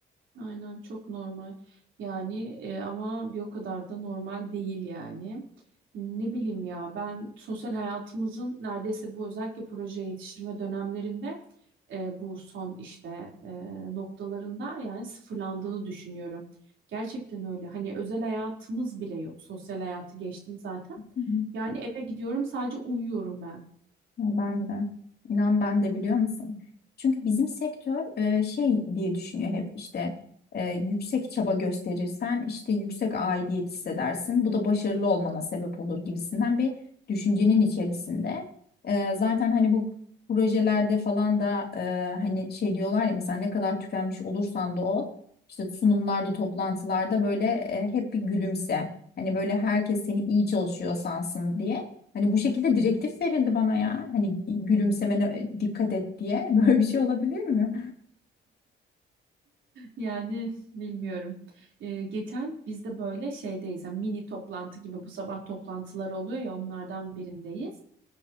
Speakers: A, on the right (about 70°); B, on the left (about 55°).
A: Aynen çok normal. Yani e, ama bir o kadar da normal değil yani. Ne bileyim ya ben sosyal hayatımızın neredeyse bu özellikle proje yetiştirme dönemlerinde e, bu son işte e, noktalarında yani sıfırlandığını düşünüyorum. Gerçekten öyle. Hani özel hayatımız bile yok. Sosyal hayatı geçtim zaten.
B: Hı.
A: Yani eve gidiyorum sadece uyuyorum ben.
B: Ya Ben de. İnan ben de biliyor musun? Çünkü bizim sektör e, şey diye düşünüyor hep işte e, yüksek çaba gösterirsen işte yüksek aidiyet hissedersin. Bu da başarılı olmana sebep olur gibisinden bir düşüncenin içerisinde. E, zaten hani bu projelerde falan da e, hani şey diyorlar ya mesela ne kadar tükenmiş olursan da ol işte sunumlarda toplantılarda böyle e, hep bir gülümse. Hani böyle herkes seni iyi çalışıyor sansın diye. Hani bu şekilde direktif verildi bana ya. Hani gülümsemene dikkat et diye. <laughs> Böyle bir şey olabilir mi?
A: Yani bilmiyorum. Ee, geçen biz de böyle şeydeyiz. yani mini toplantı gibi bu sabah toplantıları oluyor ya onlardan birindeyiz.